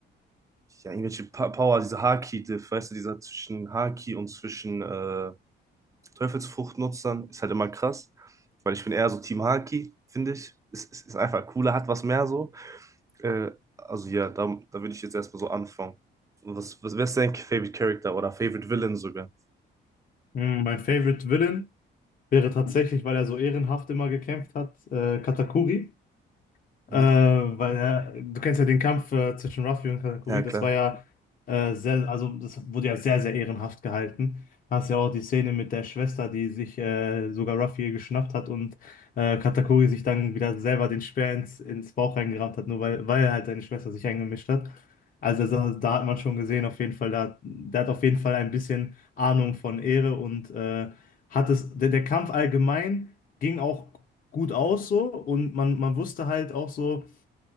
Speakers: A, on the right; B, on the left.
A: ja, irgendwelche pa Power, diese Haki-Diff, weißt du, dieser zwischen Haki und zwischen äh, Teufelsfruchtnutzern ist halt immer krass, weil ich bin eher so Team Haki, finde ich. Es Ist, ist, ist einfach cooler, hat was mehr so. Äh, also ja, da, da würde ich jetzt erstmal so anfangen. Und Was, was, wer ist dein Favorite Character oder Favorite Villain sogar?
B: Mein Favorite Villain wäre tatsächlich, weil er so ehrenhaft immer gekämpft hat, äh, Katakuri.
A: Hm?
B: Äh, weil ja, du kennst ja den Kampf äh, zwischen Ruffy und Katakuri,
A: Ja, klar.
B: das war ja äh, sehr, also das wurde ja sehr, sehr ehrenhaft gehalten. Hast ja auch die Szene mit der Schwester, die sich äh, sogar Ruffy geschnappt hat und äh, Katakuri sich dann wieder selber den Speer ins, ins Bauch reingerammt hat, nur weil, weil halt seine Schwester sich eingemischt hat. Also da, da hat man schon gesehen, auf jeden Fall, da, der hat auf jeden Fall ein bisschen Ahnung von Ehre und äh, hat es, der, der Kampf allgemein ging auch gut aus so und man, man wusste halt auch so,